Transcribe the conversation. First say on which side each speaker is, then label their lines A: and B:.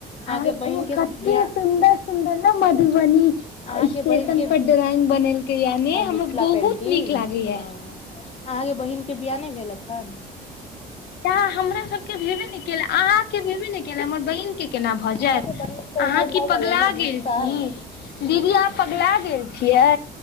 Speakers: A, on the left; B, on the left.
A: अहाँके
B: आ
A: बहिन
B: ओ
A: के
B: कतेक
A: बियाह
B: सुन्दर सुन्दर न मधुबनी।
A: अहाँके
B: स्टेशन
A: बहिन के
B: पर ड्रॉइंग बनेलकै यानि
A: ओ मिथिला
B: हमर बहुत
A: पेंटिंग
B: नीक लागै
A: हँ
B: या।
A: अहाँके बहिनक के बियाह नैह भेलक एखन।
B: त हमरा सबके भेबे नै केलै अहाँके भेबे नै केएल हमर बहिन। के केना भऽ
A: अहाँके
B: जेएत
A: बहिन के तऽ उमर
B: अहाँ
A: भऽ
B: की पगला
A: गेलै ने बीस
B: गेल
A: साल
B: छी। दीदी अहाँ पगलाा गेल छियै।